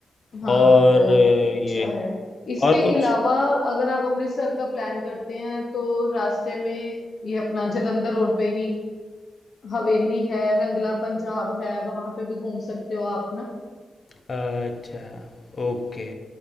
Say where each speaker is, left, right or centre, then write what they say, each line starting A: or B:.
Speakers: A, on the left; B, on the left.
A: हाँ
B: और
A: तो
B: ये
A: काफी अच्छा है इसके
B: और कुछ
A: अलावा अगर आप अमृतसर का प्लान करते हैं तो रास्ते में ये अपना जालंधर रोड पे ही हवेली है रंगला पंजाब है वहां पे भी घूम सकते हो आप ना
B: अच्छा ओके